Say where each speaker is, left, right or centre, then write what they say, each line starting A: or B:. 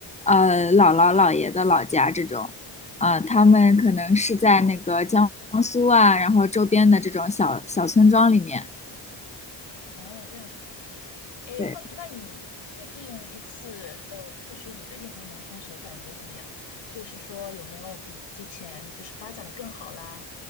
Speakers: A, on the left (about 15°); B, on the left (about 70°).
A: 呃姥姥姥爷的老家这种，啊、他们可能是在那个江苏啊，然后周边的这种小小村庄里面。
B: 哦，这样子。哎，
A: 对
B: 话说，那你最近一次，呃，就是你最近回农村时候感觉怎么样？就是说有没有比之前就是发展的更好啦？